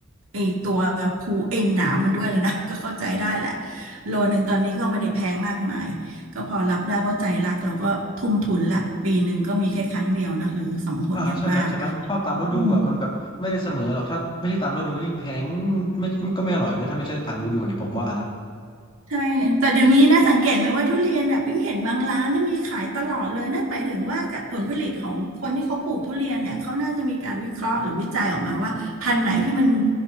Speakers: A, on the right; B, on the left.
A: ไอ้ตัวภูเอ็นหนามมันด้วยเลยนะ <laughs> ก็เข้าใจได้แหละโลนึงตอนนี้ก็ไม่ได้แพงมากมายก็พอรับได้เพราะใจรักเราก็ทุ่มทุนละปีหนึ่งก็มีแค่ครั้งเดียวนะหรือสองหนอย่างมาก
B: อ่าใช่ไหมใช่ไหมเพราะตามฤดูอ่ะมันแบบไม่ได้เสมอหรอกถ้าไม่ใช่ตามฤดูยิ่งแพง
A: อืม
B: ไม่ไม่ก็ไม่อร่อยเลยถ้าไม่ใช่ตามฤดูเนี่ยผมว่านะ
A: ใช่ แต่เดี๋ยวนี้นะสังเกตไหมว่าทุเรียนเนี่ยปิ๊งเห็นบางร้านเนี่ยมีขายตลอดเลยนั่นหมายถึงว่าผลผลิตของคนที่เขาปลูกทุเรียนเนี่ยเขาน่าจะมีการวิเคราะห์หรือวิจัยออกมาว่าพันธุ์ไหนที่มัน